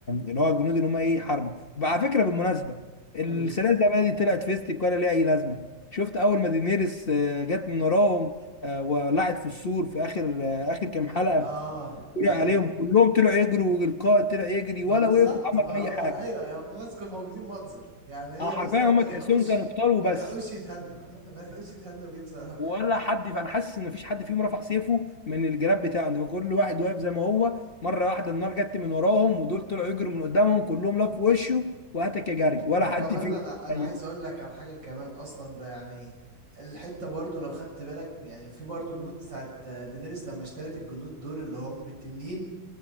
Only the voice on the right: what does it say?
قولي
اه
ايوه
ما
بالظبط
ما
هو
ايوه يا بس كانوا موجودين منظر يعني هي
اصلا ما
لحقوش
ما لحقوش يتهنوا <laughs> ما لحقوش يتهنوا بيه بصراحه
وكمان
انا انا
عايز اقول لك على حاجه كمان اصلا ده يعني الحته برضو لو خدت بالك يعني في برضو جنود بتاعت دينيريس لما اشترت الجنود دول اللي هم بالتنين